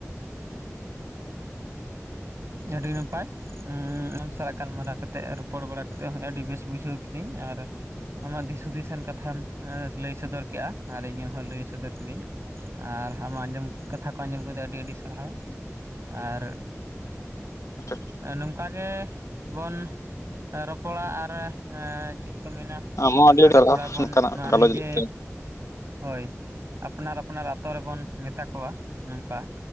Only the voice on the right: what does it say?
ᱟᱹᱰᱤ ᱱᱟᱯᱟᱭ ᱟᱢ ᱥᱟᱞᱟᱜ ᱜᱟᱞᱢᱟᱨᱟᱣ ᱠᱟᱛᱮᱫ ᱨᱚᱯᱚᱲ ᱵᱟᱲᱟ ᱠᱟᱛᱮᱫ ᱦᱚᱸ ᱟᱹᱰᱤ ᱵᱮᱥ ᱵᱩᱡᱷᱟᱹᱣ ᱠᱤᱫᱟᱹᱧ ᱟᱨ ᱟᱢᱟᱜ ᱫᱤᱥ ᱦᱩᱫᱤᱥᱟᱱ ᱠᱟᱛᱷᱟᱢ ᱞᱟᱹᱭ ᱥᱚᱫᱚᱨ ᱠᱮᱫ-ᱟ ᱟᱨ ᱤᱧᱟᱜ ᱦᱚᱸ ᱞᱟᱹᱭ ᱥᱚᱫᱚᱨ ᱠᱤᱫᱟᱹᱧ ᱟᱨ ᱟᱢᱟᱜ ᱟᱸᱡᱚᱢ ᱠᱟᱛᱷᱟ ᱠᱚ ᱟᱸᱡᱚᱢ ᱠᱟᱛᱮ ᱟᱹᱰᱤ ᱟᱹᱰᱤ ᱥᱟᱨᱦᱟᱣ ᱟᱨ
ᱱᱚᱝᱠᱟ ᱜᱮ ᱵᱚᱱ ᱨᱚᱯᱚᱲᱟ ᱟᱨ ᱪᱮᱫ ᱠᱚ ᱢᱮᱱᱟ
ᱱᱚᱝᱠᱟ
ᱜᱮ
ᱛᱷᱚᱲᱟ ᱵᱚᱱ
ᱱᱚᱣᱟ
ᱱᱤᱡᱮ
ᱦᱳᱭ ᱟᱯᱱᱟᱨ ᱟᱯᱱᱟᱨ ᱟᱹᱛᱳ ᱨᱮᱵᱚᱱ ᱢᱮᱛᱟ ᱠᱚᱣᱟ ᱱᱚᱝᱠᱟ